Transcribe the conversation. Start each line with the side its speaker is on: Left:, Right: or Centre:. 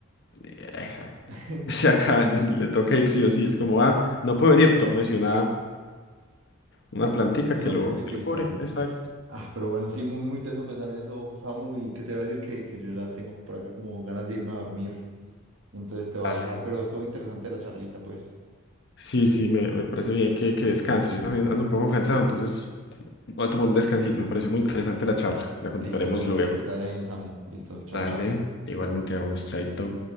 Left: eh, exacto.
Right: <laughs>
Left: <laughs> Se acaba, le toca ir sí o sí. Es como, ah, no puede
Right: Sí,
Left: venir,
Right: sí.
Left: tómese una, una plantica
Right: Una
Left: que lo,
Right: plantica
Left: que lo
Right: y
Left: cubre.
Right: sale.
Left: Exacto.
Right: Ah, pero bueno, sí, muy, muy tenso pensar en eso, Samu, y que te voy a decir que, que yo ya tengo por acá como ganas de irme a dormir. Entonces te voy
Left: Dale.
Right: a dejar, pero estuvo interesante la charlita, pues.
Left: Sí, sí, me, me parece bien que, que descanses. Yo también ando un poco cansado, entonces sí, voy a tomar un descansito. Me pareció muy interesante la charla. La continuaremos
Right: Listo, pues, hombre,
Left: luego.
Right: que te vaya bien, Samu. Listo, chao,
Left: Dale,
Right: chao.
Left: igualmente a vos, Chaito.